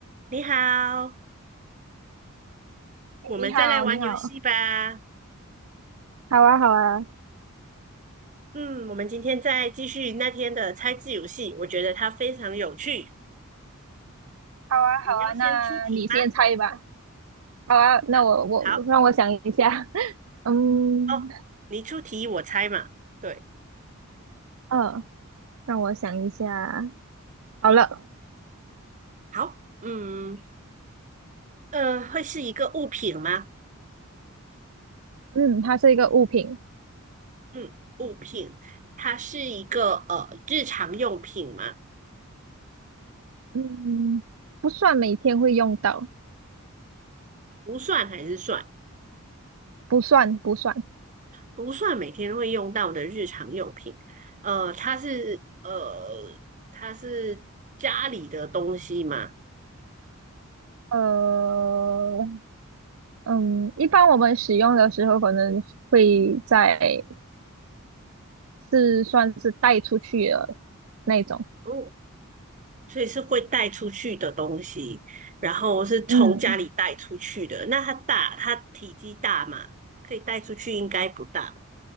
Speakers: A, on the right; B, on the right.
A: 你好，我们再来玩游戏吧。
B: 你好，你好，好啊，好啊，
A: 嗯，我们今天再继续那天的猜字游戏，我觉得它非常有趣。
B: 好啊，
A: 你要先出题吗？
B: 好啊，那你先猜吧。好啊，那我我我让我想一下，
A: 啊，好
B: <laughs> 嗯，
A: 哦，你出题我猜嘛。对，
B: 呃，让我想一下，好了，
A: 好，嗯，呃，会是一个物品吗？
B: 嗯，它是一个物品，
A: 嗯，物品，它是一个呃日常用品吗？
B: 嗯，不算每天会用到，
A: 不算还是算？
B: 不算不算，
A: 不算每天会用到的日常用品。呃，它是呃，它是家里的东西吗？
B: 呃，嗯，一般我们使用的时候可能会在是算是带出去的那种，
A: 哦，所以是会带出去的东西，然后是从家里带出去的。
B: 嗯
A: 那它大，它体积大吗？可以带出去应该不大，